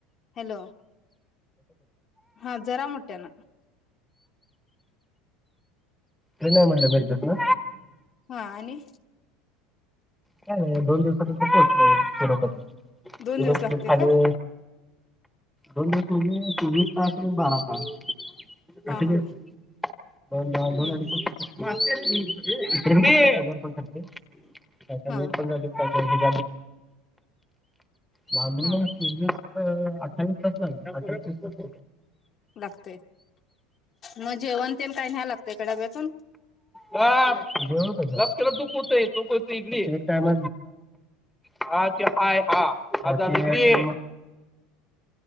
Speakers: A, on the left (about 30°); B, in the centre.
A: हॅलो हा जरा मोठ्या ना
B: का नाही म्हणलं भेरजत ना
A: हा आणि
B: का नाही दोन दिवसानंत पोहोचतेो युरोपात
A: दोन
B: युरोप
A: दिवस लागते
B: खाली
A: का
B: दज चोवीस तास आणि बारा तास ठी
A: हा हा
B: दन दोन
A: हम्म
B: अडी पते त श
A: हा
B: व म
A: हा
B: अठ्ठावीस तास ला अठ्ठास तास
A: लागतय मग जेवण तेल काही नाही्या लागत इकडाब्यातून
B: का केला दुप होतय तूप होत इक टायम हा ते हय हा हता ह